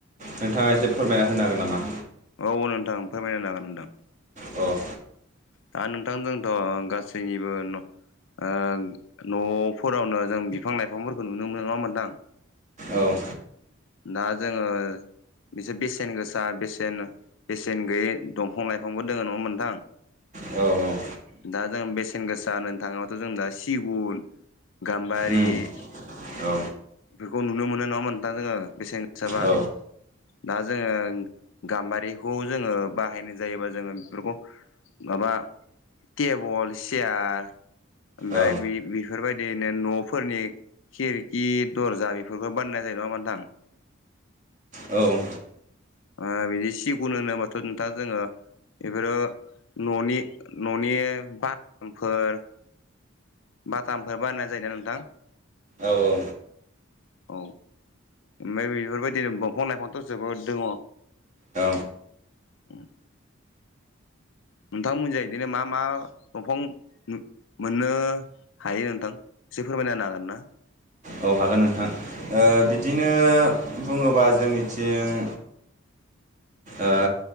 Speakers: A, on the right; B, on the left.
A: नोंथाङा एसे फोरमायना होनो हागोन नामा?
B: औ नोंथां फोरमायना होनो हागोन नोंथां।
A: अ।
B: दा नोंथां जोंथ' गासैनिबो न ओ न'फोरावनो जों बिफां लाइफांफोरखौ नुनो मोनो नङा होमबा नोंथां?
A: औ।
B: दा जोङो बिसोर बेसेन गोसा बेसेन बेसेन गैयै दंफां लाइफांबो दोङो नङा होमबा नोंथां?
A: <inaudible> औ औ।
B: दा जों बेसेन गोसा होनो थाङोबाथ' जों दा सिगुन गाम्बारि
A: उम
B: बेफोरखौ
A: औ
B: नुनो मोनो नङा होमबा नोंथां जोङो? बेसेन गोसाबा
A: औ
B: दा जोङो गाम्बारिखौ जोङो बाहायनाय जायोबा जोङो बेफोरखौ माबा टेबल चियार ओमफ्राय
A: औ
B: बे-बेफोरबायदिनो न'फोरनि खिरखि, दरजा बेफोरखौ बानायनाय जायो नङा होमबा नोंथां?
A: औ।
B: ओ बिदि सिगुन होनोबाथ' नोंथां जोङो बेफोरो न'नि न'नि बाथामफोर बाटामफोर बाननाय जायोना नोंथां?
A: औ औ।
B: औ ओमफाय बेफोरबायदिनो दंफां लाइफांथ' जोबोद दङ।
A: औ
B: उम। नोंथांमोनजों बिदिनो मा मा दंफां नु मोननो हायो नोंथां, एसे फोरमायना होनो हागोन ना?
A: औ हागोन नोंथां। ओ
B: औ
A: बिदिनो बुङोबा जोंनिथिं ओ